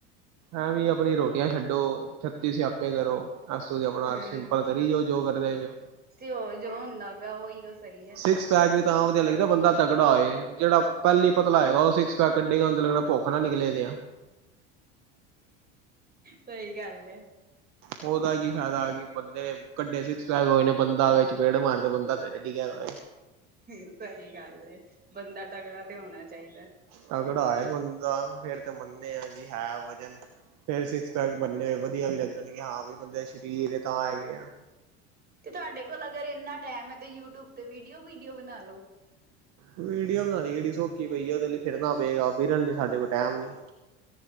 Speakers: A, on the right (about 55°); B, on the right (about 30°).
A: ਐਵੇ ਈ ਅਪਣੀ ਰੋਟੀਆਂ ਛੱਡੋ, ਛੱਤੀ ਸਿਆਪੇ ਕਰੋ। ਬਸ ਉਹੀ ਆਪਣਾ,
B: ਹਮ
A: ਆਪਣਾ ਸਿੰਪਲ ਕਰੀ ਜਾਓ, ਜੋ ਕਰਦੇ ਪਏ ਔ।
B: ਤੇ ਉਹ ਜੋ ਹੁੰਦਾ ਪਿਆ, ਉਹੀ ਓ ਗੱਲ ਸਹੀ ਹੈ।
A: ਸਿਕਸ ਪੈਕ ਵੀ ਤਾਂ ਵਧੀਆ ਲੱਗਦਾ ਬੰਦਾ ਤਗੜਾ ਹੋਏ, ਜਿਹੜਾ ਪਹਿਲੀ ਪਤਲਾ ਹੋਏਗਾ, ਉਹ ਸਿਕਸ ਪੈਕ ਕੱਢੇਗਾ ਮਤਲਬ ਭੁੱਖ ਨਾਲ ਨਿਕਲੇ ਦੇ ਆ
B: ਸਹੀ ਗੱਲ ਐ।
A: ਉਹਦਾ ਕੀ ਫਾਇਦਾ ਕਿ ਬੰਦੇ ਨੇ ਕੱਢੇ ਸਿਕਸ ਪੈਕ ਹੋਏ ਨੇ ਬੰਦਾ ਉਹਦੇ ਚਪੇੜ ਮਾਰ ਦੇ ਬੰਦਾ ਖ ਡਿਗਿਆ ਦਾ ਹੋਏ
B: ਸਹੀ ਗੱਲ ਏ। ਬੰਦਾ ਤਗੜਾ ਤੇ ਹੋਣਾ ਚਾਹੀਦਾ।
A: ਤਗੜਾ ਏ ਬੰਦਾ, ਫੇਰ ਤੇ ਮੰਨਿਆ ਸੀ ਹੈ ਵਜਨ ਫੇਰ ਸਿਕਸ ਪੈਕ ਬਣਨੇ ਹੋਏ ਵਧੀਆ ਵੀ ਲੱਗਣਗੇ ਹਾਂ ਬਈ ਬੰਦੇ ਸ਼ਰੀਰ ਏ ਤਾਂ ਹੈਗੇ ਆ
B: ਤੇ ਤੁਹਾਡੇ ਕੋਲ ਅਗਰ ਇੰਨਾ ਟਾਈਮ ਆ ਤੇ ਯੂਟੀਊਬ ਤੇ ਵੀਡੀਓ-ਵੁਡੀਓ ਬਣਾ ਲੋ
A: ਵੀਡੀਓ ਬਣਾਨੀ ਕਿਹੜੀ ਸੋਖੀ ਪਈ ਆ ਉਹਦੇ ਲਈ ਫਿਰਨਾ ਪਏਗਾ। ਫਿਰਨ ਲਈ ਸਾਡੇ ਕੋਲ ਟਾਈਮ ਨੀ